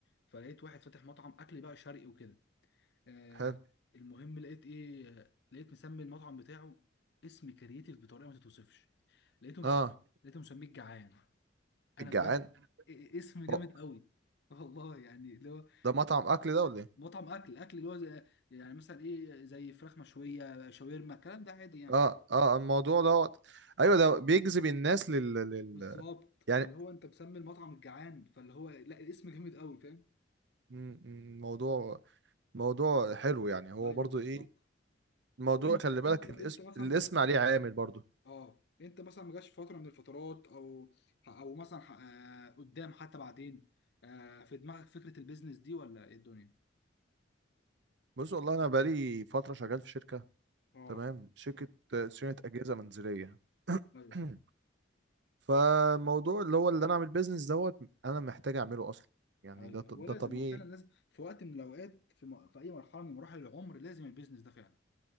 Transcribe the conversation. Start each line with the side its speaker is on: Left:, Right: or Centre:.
Left: فلقيت واحد فاتح مطعم اكل بقى شرقي وكده آه،
Right: حلو
Left: المهم لقيت ايه آه، لقيت مسمي المطعم بتاعه اسم كرييتيف بطريقه ما تتوصفش لقيته مسمي
Right: اه
Left: لقيته مسميه الجعان انا
Right: الجعان
Left: بجد إيه- إيه اسم جامد
Right: هو
Left: قوي والله يعني اللي هو
Right: ده مطعم اكل ده ولا ايه
Left: مطعم اكل اكل اللي هو زي يعني مثلا ايه زي فراخ مشويه شاورما الكلام ده عادي يعني
Right: اه اه الموضوع دوت ايوه ده بيجذب الناس لل, لل...
Left: بالظبط
Right: يعني
Left: فاللي هو انت مسمي المطعم الجعان فاللي هو لا الاسم جامد قوي فاهم
Right: مم، مم، موضوع موضوع حلو يعني هو
Left: ايوه
Right: برضو
Left: بالظبط
Right: ايه الموضوع
Left: طب انت
Right: خلي بالك
Left: انت انت
Right: الاسم
Left: مثلا
Right: الاسم عليه عامل برضو
Left: اه انت مثلا ما جاش في فتره من الفترات او او مثلا ح- آه، قدام حتى بعدين آه، في دماغك فكره البيزنس دي ولا ايه الدنيا
Right: بص والله انا بقالي فترة شغال في شركة
Left: اه
Right: تمام شركة آه، صيانة اجهزة منزلية
Left: ايوه
Right: <clears throat> فموضوع اللي هو اللي انا اعمل بيزنس دوت انا محتاج اعمله اصلا يعني
Left: ايوه
Right: ده ط-
Left: هو
Right: ده
Left: لازم
Right: طبيعي
Left: هو فعلا لازم في وقت من الاوقات في, م... في اي مرحله من مراحل العمر لازم البيزنس ده فعلا